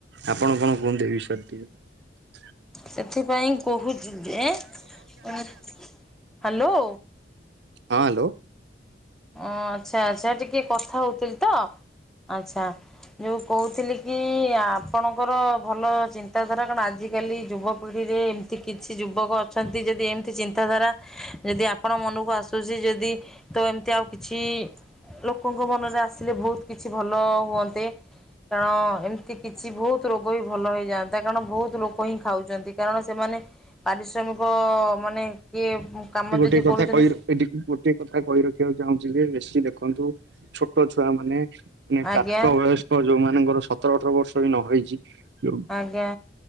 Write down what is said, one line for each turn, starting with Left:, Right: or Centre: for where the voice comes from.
Right: ଆପଣ କଣ କୁହନ୍ତୁ ଏ ବିଷୟରେ ଟିକେ।
Centre: ସେଥିପାଇଁ କହୁଛି ଯେ ହ୍ୟାଲୋ
Right: ହଁ ହ୍ୟାଲୋ।
Centre: ଓ ଆଚ୍ଛା ଆଚ୍ଛା ଟିକେ କଥା ହଉଥିଲି ତ ଆଚ୍ଛା। ଯୋଉ ମୁଁ କହୁଥିଲି କି ଆପଣଙ୍କର ଭଲ ଚିନ୍ତାଧାରା କଣ ଆଜିକାଲି ଯୁବ ପିଢ଼ି ରେ ଏମିତି କିଛି ଯୁବକ ଅଛନ୍ତି ଯଦି ଏମିତି ଚିନ୍ତାଧାରା ଯଦି ଆପଣ ମନକୁ ଆସ ସୁଚି ଯଦି ତ ଏମ୍ ତି ଆଉ କିଛି ଲୋକଙ୍କ ମନରେ ଆସିଲେ ବହୁତ କିଛି ଭଲ ହୁଅନ୍ତେ। କାରଣ ଏମତି କିଛି ବହୁତ ରୋଗ ବି ଭଲ ହେଇଯାଆନ୍ତା। କାରଣ ବହୁତ ଲୋକ ହିଁ ଖାଉଛନ୍ତି। କାରଣ ସେମାନେ ପାରିଶ୍ରମିକ ମାନେ କିଏ କାମ
Right: ଏଠି ଗୋଟିଏ
Centre: ଯଦି
Right: କଥା
Centre: କରୁଛନ୍ତି
Right: କହି <unintelligible> ଏଠି ଗୋଟିଏ କଥା କହି ରଖିବାକୁ ଚାହୁଁଛି ଯେ ବେଶୀ ଦେଖନ୍ତୁ ଛୋଟ ଛୁଆ ମାନେ ପ୍ରାପ୍ତ
Centre: ଆଜ୍ଞା
Right: ବୟସ୍କ ଯୋଉ ମାନଙ୍କର ସତର ଅଠର ବର୍ଷ ବି ନ ହେଇଚି ଯୋଉ
Centre: ଆଜ୍ଞା।